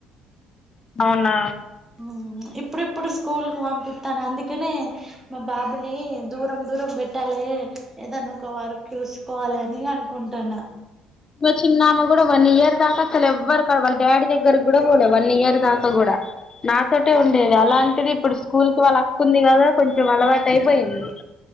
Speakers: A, on the left; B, on the right.
A: అవునా
B: ఆహ్మ్ ఇప్పుడిప్పుడు స్కూల్ కు పంపిచ <unintelligible> తనందికనే అందుకనే మా బాబుని దూరం దూరం పెట్టాలి ఏదన్నా ఒక వారు చూస్కోవాలనీ అనుకుంటన
A: మ చిన్నామ గుడ వన్ ఇయర్ దాక అసల్ ఎవ్వర్ కాడ వాళ్ళ డాడి దగ్గరకిగుడ వోలే వన్ ఇయర్ దాక గుడ నాతోటే ఉండేది అలాంటిది ఇప్పుడు స్కూ స్కూల్ కి వాళ్ళ అక్కుంది కదా కొంచెం అలవాటు అయిపోయింది